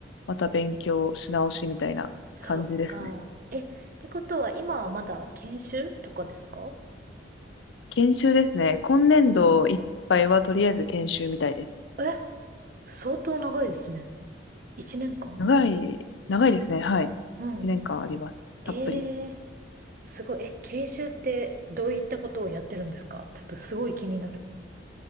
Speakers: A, on the left; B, on the right.
A: また勉強し直しみたいな感じですね。
B: そっか。え、ってことは今はまだ研修とかですか
A: 研修ですね。今年度いっぱいはとりあえず研修みたいです。
B: うん。え、相当長いですね。一年間
A: 長い、長いですね。はい。
B: うん。
A: 2年間あります。たっぷり。
B: ええすごい。え、研修ってどういったことをやってるんですかちょっとすごい気になる。